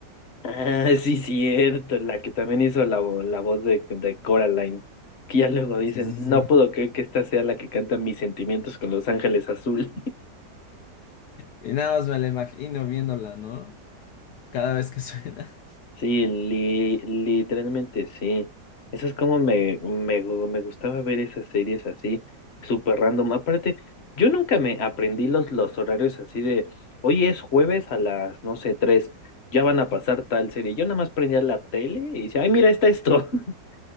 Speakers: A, on the left; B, on the left.
A: Ah, sí, cierto, la que también hizo la, vo- la voz de, de Coraline. Que ya luego dicen,
B: Sí, sí,
A: no
B: sí.
A: puedo creer que esta sea la que canta Mis sentimientos con los ángeles azules.
B: Y nada más me la imagino viéndola, ¿no? Cada vez que <laughs> suena.
A: Sí, li- literalmente sí. Eso es como me, me, gu- me gustaba ver esas series así, súper random. Aparte, yo nunca me aprendí los, los horarios así de, hoy es jueves a las, no sé, tres, ya van a pasar tal serie. Yo nada más prendía la tele y decía, ay, mira, está esto. <laughs>